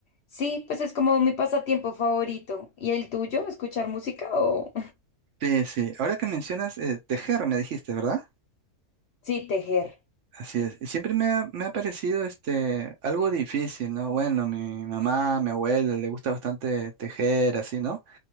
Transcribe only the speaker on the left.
sí, pues es como mi pasatiempo favorito. ¿Y el tuyo? ¿Escuchar música o...?
<laughs> Sí, tejer.